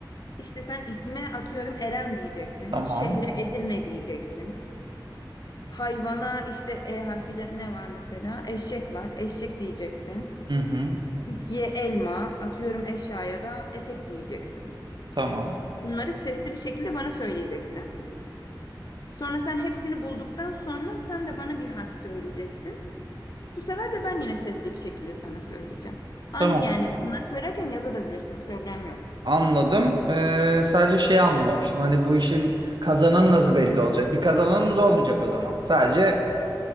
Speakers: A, on the left; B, on the right.
A: İşte sen isme atıyorum Eren diyeceksin.
B: Tamam.
A: Şehre Edirne diyeceksin. Hayvana işte E harfiyle ne var mesela? Eşek var. Eşek diyeceksin.
B: Hı hı.
A: Bitkiye elma, atıyorum eşyaya da etek diyeceksin.
B: Tamam.
A: Bunları sesli bir şekilde bana söyleyeceksin. Sonra sen hepsini bulduktan sonra sen de bana bir harf söyleyeceksin. Bu sefer de ben yine sesli bir şekilde sana söyleyeceğim. Aynı
B: Tamam.
A: yani bunları söylerken yazabilirsin. Problem yok.
B: Anladım. Ee, sadece şey anlamamıştım. Hani bu işin kazananı nasıl belli olacak? Bir kazananımız olmayacak o zaman. Sadece